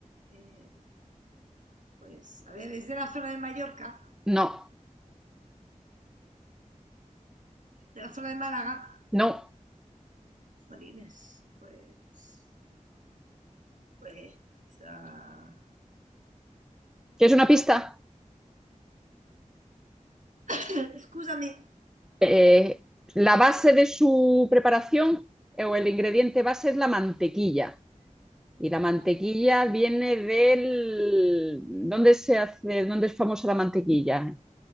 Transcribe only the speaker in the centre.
No,
no.
¿Quieres una pista?
Eh, la base de su preparación o el ingrediente base es la mantequilla. Y la mantequilla
viene del... ¿Dónde se hace, dónde es famosa la mantequilla?